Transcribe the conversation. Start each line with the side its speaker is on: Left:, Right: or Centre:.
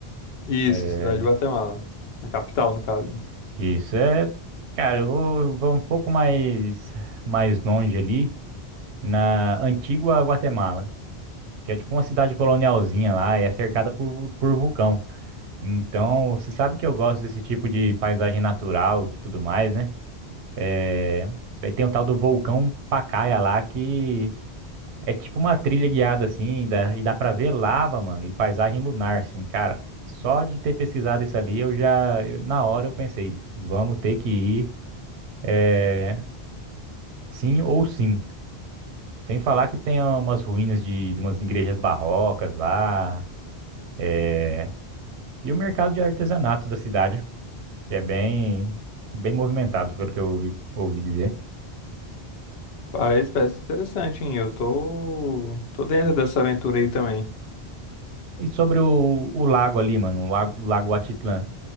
Left: Isso,
Right: É,
Left: cidade de Guatemala, na capital, no caso.
Right: Isso é... Cara, eu vou, eu vou um pouco mais, mais longe ali, na Antigua Guatemala, que é tipo uma cidade colonialzinha lá e é cercada por, por vulcão. Então, você sabe que eu gosto desse tipo de paisagem natural e tudo mais, né? É... Daí tem o tal do vulcão Pacaya lá, que é tipo uma trilha guiada, assim, dá... e dá pra ver lava, mano, e paisagem lunar, assim, cara. Só de ter pesquisado isso ali, eu já, eu- na hora eu pensei, vamos ter que ir, é, sim ou sim. Sem falar que tem umas ruínas de, de umas igrejas barrocas lá, é, e o mercado de artesanato da cidade. que é bem, bem movimentado, pelo que eu ouvi, ouvi dizer.
Left: Faz, parece interessante, hein? Eu tô, tô dentro dessa aventura aí também.
Right: E sobre o, o lago ali, mano, o lago, o lago Atitlã,